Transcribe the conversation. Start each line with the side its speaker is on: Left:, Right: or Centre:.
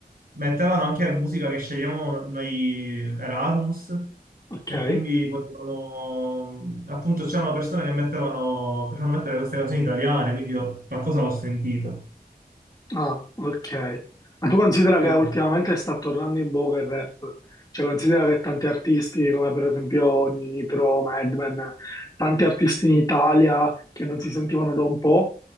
Right: mettevano anche musica che scegliamo noi Erasmus
Left: ok?
Right: e quindi potevamo, appunto c'erano persone che mettevano, facevano mettere queste canzoni italiane, quindi io qualcosa l'ho sentito.
Left: Ah, ok. Ma tu considera che
Right: Sì,
Left: ultimamente sta tornando in voga il rap? Cioè, considera che tanti artisti, come per esempio Nitro, Madman, tanti artisti in Italia che non si sentivano da un po',